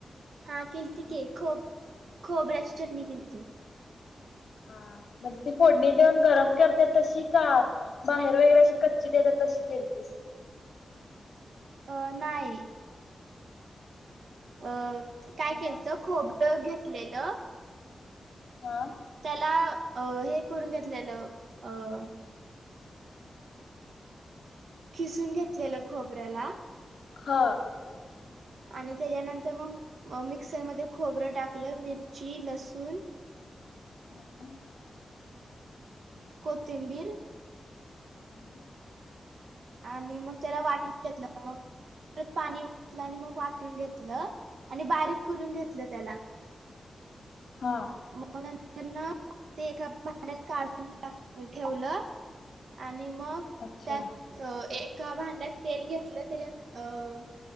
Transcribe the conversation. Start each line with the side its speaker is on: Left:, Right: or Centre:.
Right: हा केलती की खोब-खोबराची चटणी केलथी.
Left: हा म्हणजे ती फोडणी देऊन गरम करते तशी का? बाहेर वगैरे अशी कच्ची देतात तशी केलतीस.
Right: अ नाही अ काय
Left: मग
Right: केलत खोब- र घेतलेलं-
Left: ह.
Right: त्याला अ हे करून घेतलेलं अ- खिसून घेतलेलं खोबऱ्याला.
Left: हा.
Right: आणि त्याच्यानंतर मग मग मिक्सरमध्ये खोबरं टाकलं मिरची लसूण.
Left: <inaudible>
Right: कोथिंबीर.
Left: <unintelligible> <inaudible>
Right: आणि मग त्याला वाटून घेतलं मग परत पाणी ओतलं आणि मग वाटून घेतलं. आणि बारीक करून घेतलं त्याला.
Left: हां.
Right: मग नंतर ना ते एका भांड्यात काढूना ठेवलं. आणि मग
Left: अच्छा
Right: त्यात अ एका भांड्यात तेल घेतलं त्याच्यात अ